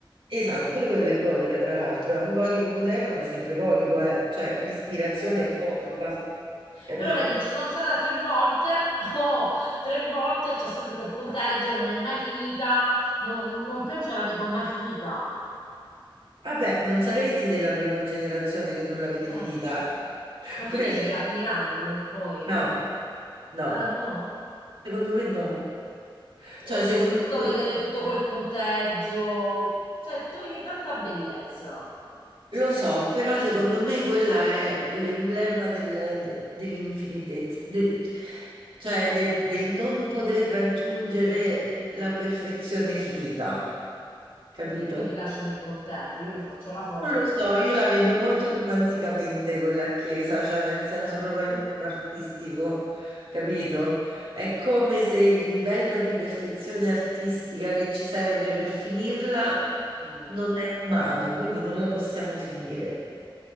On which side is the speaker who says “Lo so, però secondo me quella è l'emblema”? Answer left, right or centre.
Right